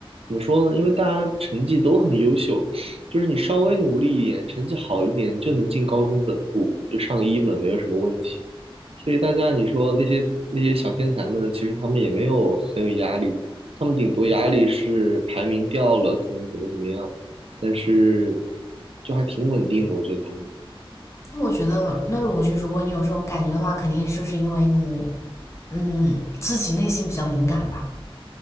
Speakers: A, on the right (about 85°); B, on the left (about 30°).
A: 怎么说呢？因为大家成绩都很优秀，就是你稍微努力一点，成绩好一点，就能进高中本部，你就上个一本没有什么问题。所以大家你说那些那些小天才们，其实他们也没有很有压力，他们顶多压力是排名掉了，可能怎么怎么样，但是就还挺稳定的，我觉得他们。
B: 那我觉得，那我觉得如果你有这种感觉的话，肯定就是因为你，嗯，自己内心比较敏感吧。